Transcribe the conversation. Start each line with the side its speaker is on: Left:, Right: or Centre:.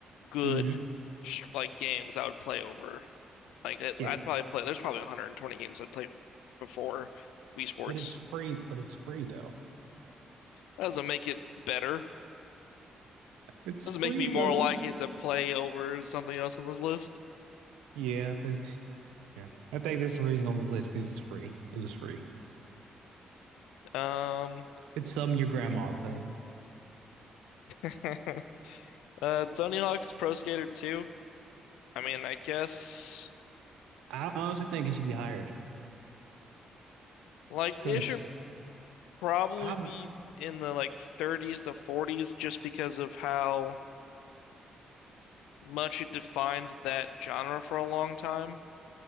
Left: good
Right: Mm-hmm.
Left: like games I would play over. Like I-
Right: Yeah,
Left: I'd probably play. There's probably 120 games I'd play before Wii Sports.
Right: but it's free. But it's free though.
Left: That doesn't make it better.
Right: It's
Left: Doesn't
Right: free
Left: make me more
Right: though. You,
Left: likely to play over something else on this list.
Right: yeah, but yeah, I think that's the reason on this list because it's free. It was free.
Left: Um,
Right: It's something your grandma. But
Left: <laughs> uh, Tony Hawk's Pro Skater 2. I mean, I guess
Right: I honestly think it should be higher
Left: like
Right: because
Left: it should probably
Right: I
Left: be in the like 30s to 40s just because of how much it defined that genre for a long time.